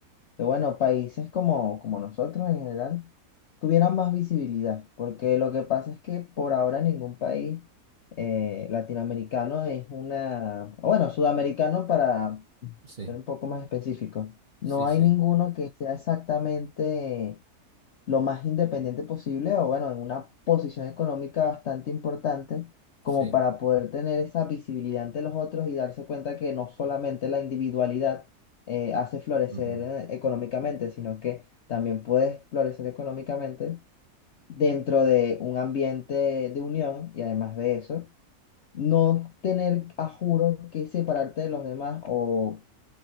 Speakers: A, on the left (about 55°); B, on the right (about 35°).
A: que bueno, países como, como nosotros en general tuvieran más visibilidad, porque lo que pasa es que por ahora ningún país eh, latinoamericano es una, o bueno, sudamericano para
B: Sí,
A: ser un poco más específico, no
B: sí,
A: hay
B: sí,
A: ninguno que sea exactamente lo más independiente posible o bueno, en una posición económica bastante importante como
B: sí.
A: para poder tener esa visibilidad ante los otros y darse cuenta que no solamente la individualidad eh, hace florecer
B: Ujú,
A: eh, económicamente, sino que también puedes florecer económicamente dentro de un ambiente de unión y además de eso, no tener a juro que separarte de los demás o